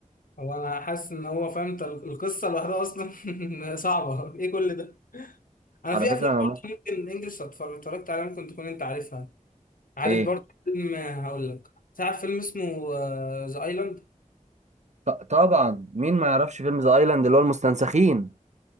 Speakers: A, on the left; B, on the right.
A: هو انا حاسس ان هو فهمت القصه لوحدها اصلا <laughs> صعبه ايه كل ده انا
B: على
A: في
B: فكرة
A: افلام
B: انا
A: برضه
B: ما
A: ممكن انجلش اتفرج اتفرجت عليها ممكن تكون انت عارفها
B: <laughs>
A: عارف
B: ايه
A: برضه فيلم هقول لك تعرف فيلم اسمه ذا ايلاند
B: ط- طبعا مين ما يعرفش فيلم ذا ايلاند اللي هو المستنسخين